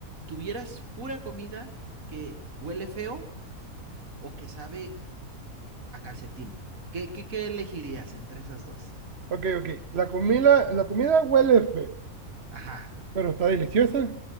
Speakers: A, on the right; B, on the right.
A: tuvieras pura comida que huele feo o que sabe a calcetín? ¿Qué, qué, qué elegirías entre esas dos?
B: ok, ok. La comida, la comida huele feo,
A: Ajá.
B: pero está deliciosa,